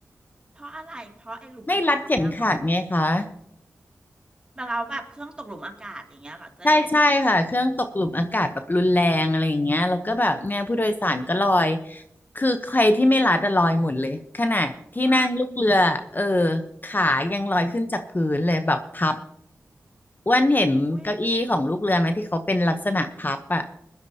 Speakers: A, on the right (about 15°); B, on the left (about 35°).
A: เพราะอะไรเพราะไอ้หลุมอากาศเนี่ยเหรอ
B: ไม่รัดเข็มขัดไหมคะ
A: แบบเราแบบเครื่องตกหลุมอากาศอย่างเงี้ยเหรอเจ๊
B: ใช่ใช่ค่ะเครื่องตกหลุมอากาศแบบรุนแรงอะไรอย่างเงี้ยแล้วก็แบบเนี่ยผู้โดยสารก็ลอยคือใครที่ไม่รัดอะลอยหมดเลยขนาดที่นั่งลูกเรือเออ
A: ไว้
B: ขายังลอยขึ้นจากพื้นเลยแบบพับ
A: อ๋อ
B: อ้วันเห็นเก้าอี้ของลูกเรือไหมที่เขาเป็นลักษณะพับอ่ะ
A: อุ้ย